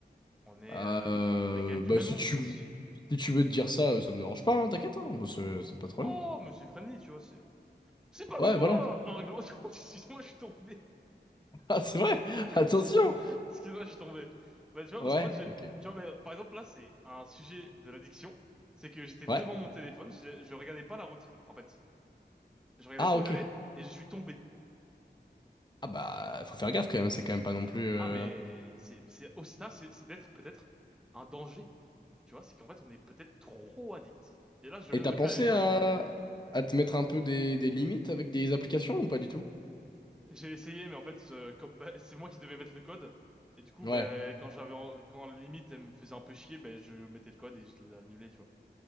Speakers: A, in the centre; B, on the left.
A: On est,
B: Euh...
A: euh, on est quand même du
B: Bah
A: même
B: si
A: monde,
B: tu...
A: je pense.
B: si tu veux te dire ça, euh, ça me dérange pas, hein, t'inquiète, hein. Moi, c'est c'est pas trop
A: Oh,
B: problème.
A: mais c'est friendly, tu vois, c'est, c'est pas
B: Ouais,
A: non plus
B: voilà.
A: un,
B: <laughs>
A: un règlement. <laughs> Excuse-moi, je suis tombé.
B: Ah, c'est vrai! Attention!
A: Excuse-moi, <laughs> excuse-moi, je suis tombé. Bah, tu vois,
B: Ouais,
A: parce qu'en fait, j'ai,
B: ok.
A: tu vois, mais, par exemple, là, c'est un sujet de l'addiction. C'est que j'étais devant
B: Ouais.
A: mon téléphone, je, je regardais pas la route, en fait. Je regardais
B: Ah,
A: pas
B: ok.
A: où j'allais et je suis tombé.
B: Ah bah, faut faire gaffe quand même, c'est quand même pas non plus... euh,
A: Ah, mais c'est, c'est aussi ça, c'est c'est peut-être, peut-être un danger. Tu vois, c'est qu'en fait, on est peut-être trop addict. Et là, je
B: Et
A: viens
B: t'as
A: de me
B: pensé
A: faire une leçon
B: à...
A: de morale.
B: à te mettre un peu des... des limites avec des applications ou pas du tout?
A: J'ai essayé, mais en fait, euh, comme, bah, <laughs> c'est moi qui devais mettre le code. Et du coup,
B: Ouais.
A: bah, quand j'avais, en- quand la limite, elle me faisait un peu chier, ben je mettais le code et je les annulais, tu vois.